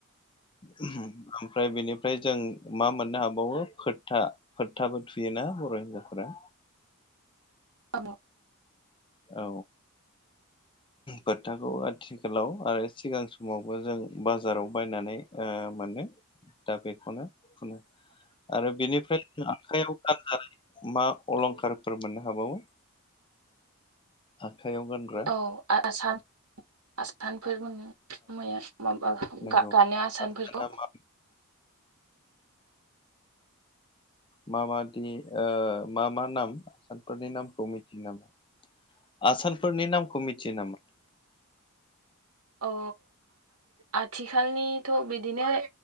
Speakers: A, on the left (about 20°); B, on the right (about 85°).
A: ओमफ्राय बेनि ओमफ्राय जों मा मोननो हाबावो फोर्था फोथाबो थुयोना बर' हिनजावफोरा।
B: औङ।
A: औ। फोथाखौ आथिखालाव आरो सिगां समावबो जों बाजाराव बायनानै। आ माने दा बेखौनो औ आरो बेनिफ्राय आखायाव मा अलंखारफोर मोननो हाबावो आखाइयाव गानग्रा
B: औ आसान नोंथां बेफोर मोनो मैया माबा
A: नंगौ
B: गा-गानो आसानफोरखौ
A: आसाना मा मा माबादि मा मा नाम आसानफोरनि नामखौ मिथियो नामा आसानफोरनि नामखौ मिथिया नामा
B: अ आथिखालनिथ' बिदिनो